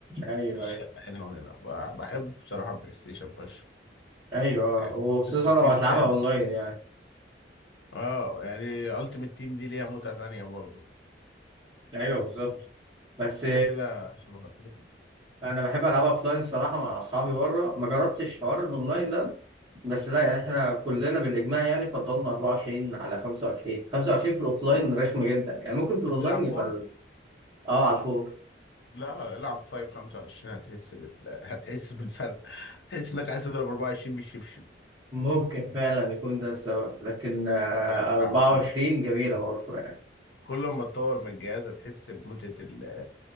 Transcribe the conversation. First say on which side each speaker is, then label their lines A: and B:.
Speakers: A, on the right; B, on the left.
A: ايوه
B: في الشقه
A: ايوه
B: هنا وهنا ب- بحب بصراحه بلاي ستيشن فشخ
A: ايوه
B: يعني
A: وخصوصا
B: الترفيه
A: لو هتلعبها
B: بتاعي
A: اونلاين يعني
B: اه يعني التيمت تيم دي ليها متعة تانية برضه
A: ايوه بالظبط بس
B: انت كده شبهتني
A: انا بحب العبها اوفلاين صراحه مع اصحابي بره ما جربتش حوار الاونلاين ده بس لا يعني احنا كلنا بالاجماع يعني فضلنا 24 على 25 25 في الاوفلاين رخمه جدا يعني ممكن في الاونلاين
B: بتلعب فور
A: يبقى ال- اه على الفوق
B: لا العب فايف 25 هتحس بال... هتحس بالفرق هتحس انك عايز تضرب 24 بالشبشب
A: ممكن فعلا يكون ده السبب لكن آه
B: لا،
A: 24
B: العب فايف
A: جميله برضه يعني
B: كل ما تطور من الجهاز هتحس بمتعة ال...